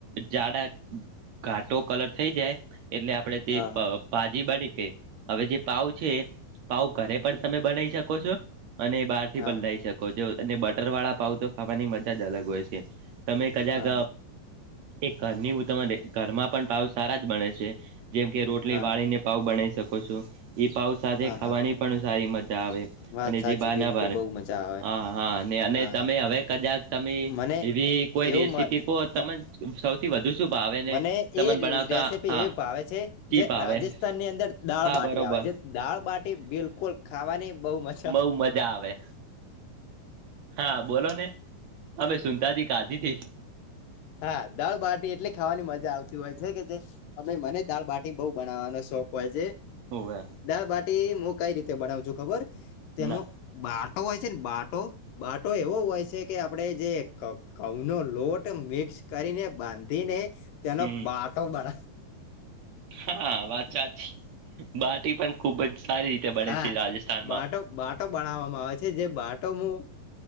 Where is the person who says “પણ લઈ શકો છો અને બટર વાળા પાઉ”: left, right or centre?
Right